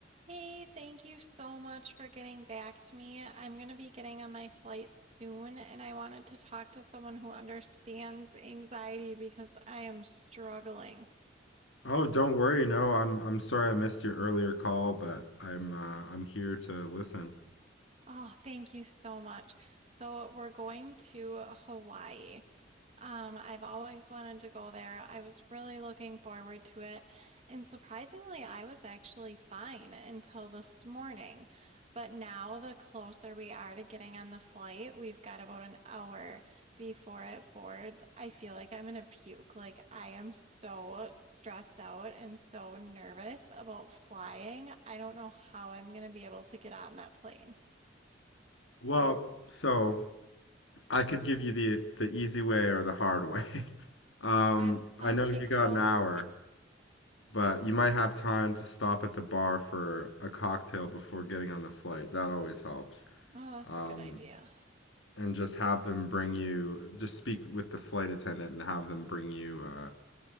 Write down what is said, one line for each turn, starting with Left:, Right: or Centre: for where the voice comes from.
Right: Hey, thank you so much for getting back to me. I'm going to be getting on my flight soon, and I wanted to talk to someone who understands anxiety because I am struggling.
Left: Oh, don't worry. No, I'm I'm sorry I missed your earlier call, but I'm uh, I'm here to listen.
Right: Oh, thank you so much. So, we're going to Hawaii. Um, I've always wanted to go there. I was really looking forward to it. And surprisingly, I was actually fine until this morning. But now, the closer we are to getting on the flight, we've got about an hour before it boards. I feel like I'm gonna puke. Like, I am so stressed out and so nervous about flying. I don't know how I'm gonna be able to get on that plane.
Left: Well, so I could give you the the easy way or the hard way. <laughs> Um,
Right: I,
Left: I
Right: I'll
Left: know
Right: take
Left: you got
Right: both.
Left: an hour, but you might have time to stop at the bar for a cocktail before getting on the flight. That always helps.
Right: Oh, that's
Left: Um,
Right: a good idea.
Left: and just have them bring you, just speak with the flight attendant and have them bring you, uh,